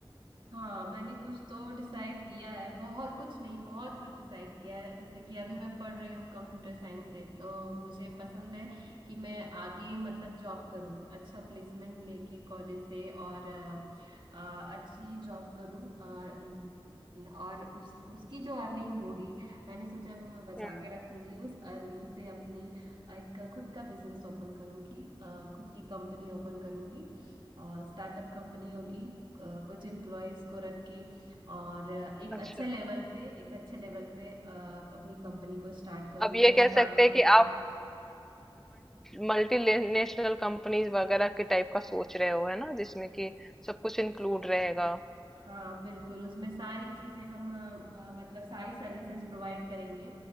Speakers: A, on the right; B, in the centre.
A: हाँ मैंने कुछ तो डिसाइड किया है बहुत कुछ नहीं बहुत कुछ डिसाइड किया है जैसे कि अभी मैं पढ़ रही हूँ कंप्यूटर साइंस से तो मुझे पसंद है कि मैं आगे मतलब जॉब करूँ अच्छा प्लेसमेंट लेके कॉलेज से और अ, अ, अच्छी जॉब करूँ अ, न- और उस उसकी जो अर्निंग होगी मैंने सोचा है वो मैं बचा
B: हम्म,
A: के रखूंगी उस अर्निंग से अपनी एक खुद का बिजनेस ओपन करूंगी अ, खुद की कंपनी ओपन करूंगी और स्टार्टअप कंपनी होगी अ, कुछ एम्प्लॉयज को रख के और अ, एक
B: अच्छा
A: अच्छे लेवल पे एक अच्छे लेवल पे अ, अपनी कंपनी को स्टार्ट करूंगी
B: अब ये
A: और उसको
B: कह सकते
A: आगे
B: हैं
A: ग्रो
B: कि
A: करूँ
B: आप मल्टी नेशनल कंपनीज वगैरह के टाइप का सोच रहे हो है ना जिसमें कि सब कुछ इंक्लूड रहेगा
A: हाँ बिल्कुल उसमें सारी चीजें हम अ, म- मतलब सारी सर्विसेज प्रोवाइड करेंगे